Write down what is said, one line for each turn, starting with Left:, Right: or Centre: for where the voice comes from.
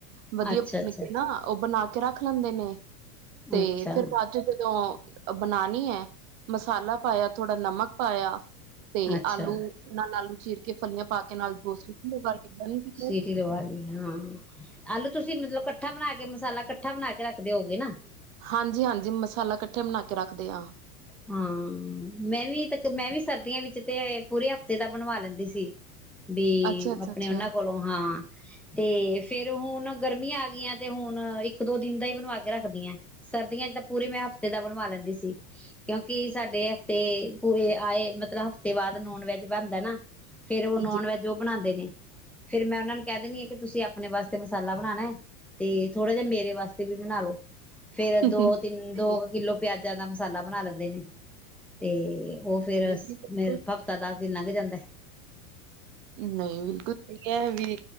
Right: ਵਧੀਆ
Centre: ਅੱਛਾ
Right: ਭੁੰਨਕੇ
Centre: ਅੱਛਾ
Right: ਨਾ ਉਹ ਬਣਾ ਕੇ ਕੇ ਰੱਖ ਲੈਂਦੇ ਨੇ ਤੇ
Centre: ਅੱਛਾ
Right: ਫਿਰ ਬਾਅਦ ਚ ਜਦੋਂ ਬਣਾਉਣੀ ਹੈ ਮਸਾਲਾ ਪਾਇਆ ਥੋੜਾ ਨਮਕ ਪਾਇਆ ਤੇ
Centre: ਅੱਛਾ
Right: ਆਲੂ ਨਾਲ ਆਲੂ ਚੀਰ ਕੇ ਫਲੀਆਂ ਪਾ ਕੇ ਨਾਲ ਦੋ ਸੀਟੀ ਲਗਾ ਕੇ ਬਣ ਗਈ
Centre: ਸੀਟੀ ਲਵਾ ਲਈ ਹਾਂ ਆਲੂ ਤੁਸੀਂ ਮਤਲਬ ਇਕੱਠਾ ਬਣਾ ਕੇ ਮਸਾਲਾ ਇਕੱਠਾ ਬਣਾ ਕੇ ਰੱਖਦੇ ਹੋਗੇ ਨਾ
Right: ਹਾਂਜੀ ਹਾਂਜੀ ਮਸਾਲਾ ਇਕੱਠੇ ਬਣਾ ਕੇ ਰੱਖਦੇ ਹਾਂ
Centre: ਹਾਂ ਮੈਂ ਵੀ ਤਾਂ ਮੈਂ ਵੀ ਸਰਦੀਆਂ ਵਿੱਚ ਤੇ ਪੂਰੇ ਹਫ਼ਤੇ ਦਾ ਬਣਵਾ ਲੈਂਦੀ ਸੀ ਵੀ
Right: ਅੱਛਾ ਅੱਛਾ
Centre: ਆਪਣੇ
Right: ਅੱਛਾ
Centre: ਉਹਨਾਂ ਕੋਲੋਂ ਹਾਂ ਤੇ ਫੇਰ ਹੁਣ ਗਰਮੀਆਂ ਆ ਗਈਆਂ ਤੇ ਹੁਣ ਇੱਕ ਦੋ ਦਿਨ ਦਾ ਹੀ ਬਣਵਾ ਕੇ ਰੱਖਦੀਆਂ ਸਰਦੀਆਂ ਚ ਤਾਂ ਪੂਰੇ ਮੈਂ ਹਫ਼ਤੇ ਦਾ ਬਣਵਾ ਲੈਂਦੀ ਸੀ ਕਿਉਂਕਿ ਸਾਡੇ ਹਫ਼ਤੇ ਆਏ, ਮਤਲਬ ਹਫ਼ਤੇ ਬਾਅਦ ਨੌਨਵੈਜ ਬਣਦਾ ਨਾ। ਫੇਰ, ਉਹ ਨੌਨ-
Right: ਜੀ
Centre: ਵੈਜ ਉਹ ਬਣਾਉਂਦੇ ਨੇ। ਫਿਰ ਮੈਂ ਉਹਨਾ ਨੂੰ ਕਹਿ ਦੇਨੀ ਆ ਕਿ, ਤੁਸੀਂ ਆਪਣੇ ਵਾਸਤੇ ਮਸਾਲਾ ਬਣਾਣਾ ਤੇ, ਥੋੜਾ ਜਿਹਾ ਮੇਰੇ ਵਾਸਤੇ ਵੀ ਬਣਾ ਲੋ। ਫੇਰ
Right: ਸਹੀ
Centre: ਦੋ, ਤਿੰਨ ਦੋ, ਕੁ ਕਿੱਲੋ ਪਿਆਜਾ ਦਾ ਮਸਾਲਾ ਬਣਾ ਲੈਂਦੇ ਨੇ। ਤੇ, ਉਹ ਫੇਰ
Right: ਹੈ
Centre: ਮੇ ਹਫਤਾ ਦੱ ਦਿਨ ਲੰਘ ਜਾਂਦੈ।
Right: ਨਹੀਂ, ਬਿਲਕੁਲ ਸਹੀ ਹੈ, ਵੀ